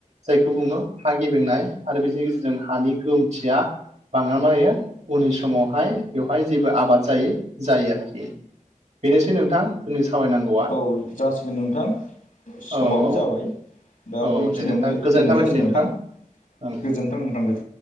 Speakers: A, on the right; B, on the left.
A: जायखौ बुङो हा गेबेंनाय आरो बेनि गेजेरजों हानि गोहोमथिया बाङा मायो उननि समावहाय बेवहाय जेबो आबाद जायो जायो आरोखि। बेनोसै नोंथां जोंनि सावरायनां
B: औ जासिगोन नोंथां। समाबो
A: औ औ
B: जाबाय दा
A: औ
B: बेखिनियावनो
A: दे नोंथां गोजोननाय
B: दोननाय
A: थाबाय
B: जासिगोन
A: नोंथां
B: थां
A: ओं
B: गोजोनथों नोंथां।